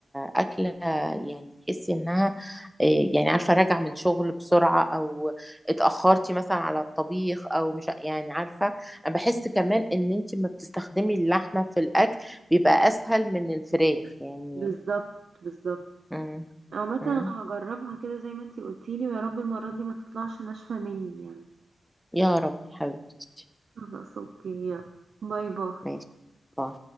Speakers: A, in the centre; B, on the right (about 75°).
A: أكلة يعني تحسي إنها إيه، يعني عارفة راجعة من شغل بسرعة أو اتأخرتي مثلا على الطبيخ أو مش يعني عارفة أنا بحس
B: مم.
A: كمان إن أنت ما بتستخدمي اللحمة في الأكل بيبقى أسهل من الفراخ يعني
B: بالظبط بالظبط
A: مم.
B: عامة
A: مم.
B: أنا هجربها كده زي ما انتي قلتيلي ويا رب المرة دي ما تطلعش ناشفة مني يعني
A: يا رب حبيبتي
B: خلاص اوكي يلا باي باي
A: ماشي باي.